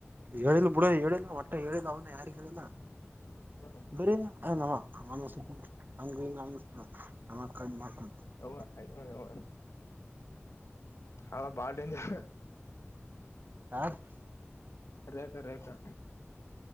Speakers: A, on the right; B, on the left.
A: ಹೇಳಿಲ್ಲ ಬಿುಡ ಹೇಳಿಲ್ಲ ಒಟ್ಟೆ ಹೇಳಿಲ್ಲ ಅವನ ಯಾರಿಗ್ ಹೇಳಿಲ್ಲ
B: ಹ
A: <unintelligible>
B: <inaudible> ಅ ಬಾಳ ಡೇಂಜರ್
A: ಯಾರು
B: ರೇಖಾ ರೇಖಾ